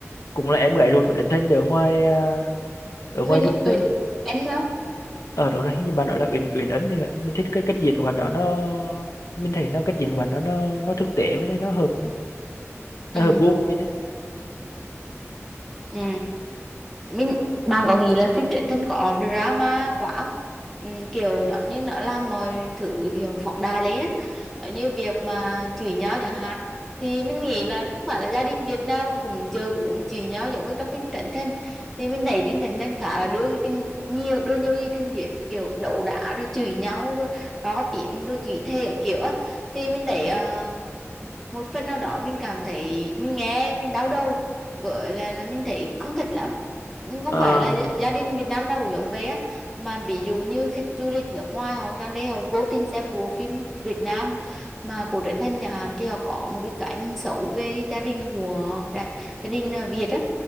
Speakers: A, on the left; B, in the centre.
A: cũng là em gái ruột của Trấn Thành ở ngoài à, ở ngoài
B: Huyền
A: nước
B: Huyền
A: nữa.
B: em không
A: Ở đó là hình như bạn đó là Uyển Uyển Ấn thì vậy. Mình thích cái cách diễn của bạn đó nó mình thấy nó cách diễn của bạn nó nó nó thực tế với lại nó hợp
B: ừ.
A: nó hợp gu của mình đấy
B: ừ. mình bạn có nghĩ là phim truyện tình có drama quá không ừ, kiểu nhỏ như nó làm mọi thứ kiểu phóng đại lấy đó Giống như việc mà chửi nhau chẳng hạn thì mình nghĩ là không phải là gia đình Việt Nam mà cũng chơi bố mà chửi nhau giống như trong phim truyện tình thì mình thấy trên truyện tình khá là đưa cái tin nhiều đưa nhiều cái tin thiệt kiểu đấu đá rồi chửi nhau rồi to tiếng rồi chửi thề các kiểu á thì mình thấy ờ, một phần nào đó mình cảm thấy mình nghe mình đau đầu với là là mình thấy không thích lắm không
A: ờ,
B: phải là gia, gia đình Việt Nam nào cũng giống vậy á mà ví dụ như khách du lịch nước ngoài họ sang đây họ vô tình xem một bộ phim Việt Nam mà của Trấn Thành nhà Hàn thì họ có một cái cái nhìn xấu về gia đình của đại, gia đình à, Việt á